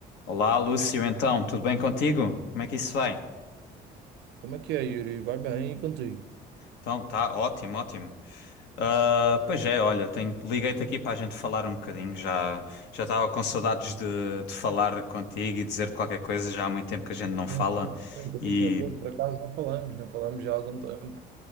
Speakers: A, on the left; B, on the right.
A: Olá, Lúcio, então, tudo bem contigo? Como é que isso vai?
B: Como é que é, Yuri? Vai bem e contigo?
A: Então, tá ótimo, ótimo. Ah, pois é, olha, tenho- liguei-te aqui para a gente falar um bocadinho. Já já estava com saudades de, de falar contigo e dizer-te qualquer coisa. Já há muito tempo que a gente não fala.
B: Bem, bem,
A: E.
B: tranquilo. Por acaso não falamos, não falamos já há algum tempo.